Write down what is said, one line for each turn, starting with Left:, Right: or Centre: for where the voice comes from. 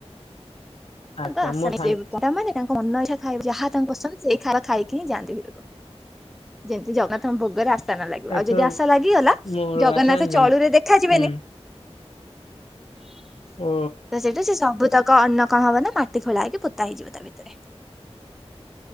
Left: ଆଚ୍ଛା
Centre: ଆଶା
Left: ମୋ
Centre: <unintelligible>
Left: ସାଙ୍ଗ
Centre: ତା ମାନେ ତାଙ୍କ ମନ ଇଚ୍ଛା ଖାଇବା ଯାହା ତାଙ୍କ ପସନ୍ଦସେଇ ଖାଇବା ଖାଇକି ହିଁ ଯାଆନ୍ତି ଭିତରୁକୁ। ଯେମିତି ଜଗା ତମ ଭୋଗରେ ଆସ ଆଶା ନ ଲାଗିବ
Left: ଏଥର
Centre: ଆଉ ଯଦି ଆଶା ଲାଗିଗଲା
Left: ମୋର
Centre: ଜଗନ୍ନାଥ
Left: ଆଚ୍ଛା ଜାଣିଛ
Centre: ଚଳୁରେ ଦେଖାଯିବେନି।
Left: ହୁଁ
Centre: <inaudible>
Left: ଓ।
Centre: ତ ସେଇଠୁ ସେ ସବୁତକ ଅନ୍ନ କଣ ହବ ନା ମାଟି ଖୋଳା ହେଇକି ପୋତା ହେଇଯିବ ତା ଭିତରେ।